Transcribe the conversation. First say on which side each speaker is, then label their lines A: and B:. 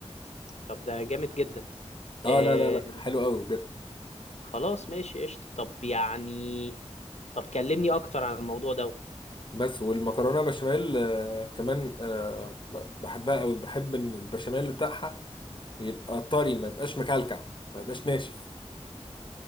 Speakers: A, on the left; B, on the left.
A: طب ده جامد جدا آه
B: اه لا لا لا حلو قوي بجد
A: خلاص ماشي قشطه طب يعني طب كلمني اكتر عن الموضوع ده
B: بس والمكرونه بشاميل آه كمان آه ب- بحبها قوي بحب ان البشاميل بتاعها يبقى طري ما يبقاش مكلكع ما يبقاش ناشف